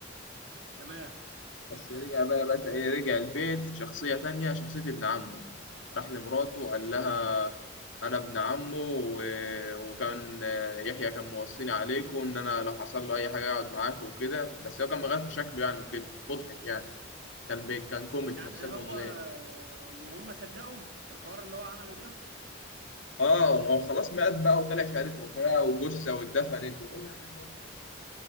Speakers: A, on the right; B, on the left.
A: تمام
B: بس رجع بقى يا باشا إيه رجع البيت في شخصية تانية شخصية ابن عمه راح لمراته قال لها أنا ابن عمه و- وكان آه، يحيى كان موصيني عليكم إن أنا لو حصل له أي حاجة أقعد معاكم وكده بس هو كان مغير في شكله يعني وكده مضحك يعني كان بي... كان كوميدي
A: يعني
B: شخصية
A: هو
B: كوميدية
A: وهم صدقهم الحوار اللي هو عمله ده
B: اه ما هو خلاص مات بقى وطلع شهادة وفاة وجثة واتدفنت وكل حاجة انت